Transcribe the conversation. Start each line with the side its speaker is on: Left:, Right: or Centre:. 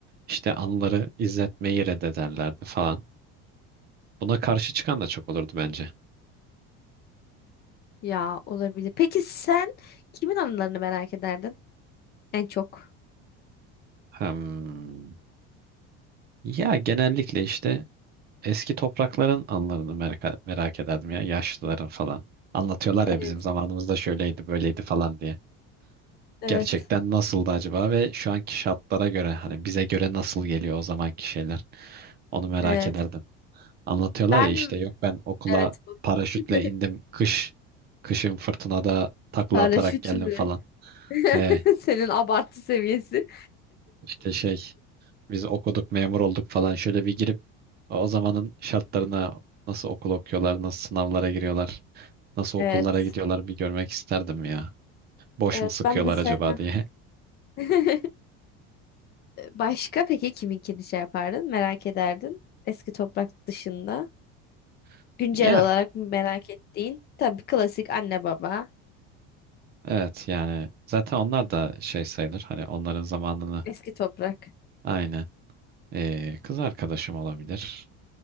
Right: işte anıları izletmeyi reddederlerdi falan. Buna karşı çıkan da çok olurdu bence.
Left: Ya olabilir. Peki sen kimin anılarını merak ederdin en çok?
Right: Hmm. Ya genellikle işte eski toprakların anılarını merak, merak ederdim ya yaşlıların falan. Anlatıyorlar ya
Left: Evet.
Right: bizim zamanımızda şöyleydi böyleydi falan diye.
Left: Evet.
Right: Gerçekten nasıldı acaba ve şu anki şartlara göre hani bize göre nasıl geliyor o zamanki şeyler onu merak
Left: Evet.
Right: ederdim. Anlatıyorlar
Left: Ben
Right: ya işte yok ben okula
Left: evet bu.
Right: paraşütle
Left: <laughs>
Right: indim kış kışın fırtınada takla
Left: Paraşüt
Right: atarak geldim
Left: mü?
Right: falan.
Left: <laughs>
Right: He
Left: Senin abartı seviyesi.
Right: işte şey biz okuduk memur olduk falan şöyle bir girip o zamanın şartlarına nasıl okul okuyorlar nasıl sınavlara giriyorlar nasıl
Left: Evet.
Right: okullara gidiyorlar bir görmek isterdim ya. Boş
Left: Evet
Right: mu sıkıyorlar
Left: ben mesela
Right: acaba diye.
Left: <laughs> Başka peki kiminkini şey yapardın? Merak ederdin. Eski toprak dışında.
Right: <laughs>
Left: Güncel
Right: Ya
Left: olarak mı merak ettiğin? Tabii klasik anne baba.
Right: evet yani zaten onlar da şey sayılır hani onların zamanını
Left: Eski toprak.
Right: aynen Ee, kız arkadaşım olabilir.